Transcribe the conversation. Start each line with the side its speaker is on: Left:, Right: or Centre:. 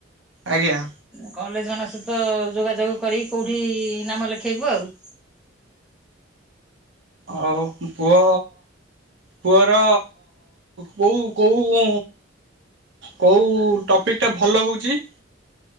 Right: ଆଜ୍ଞା।
Centre: କଲେଜ ମାନଙ୍କ ସହିତ ଯୋଗାଯୋଗ କରି କୋଉଠି ନାମ ଲେଖ? ଖାଇବୁ ଆଉ।
Right: ଆଉ ପୁଅ ପୁଅର କୋଉ କୋଉ କୋଉଁ ଟପିକ୍ଟ ଭଲ ହଉଛି?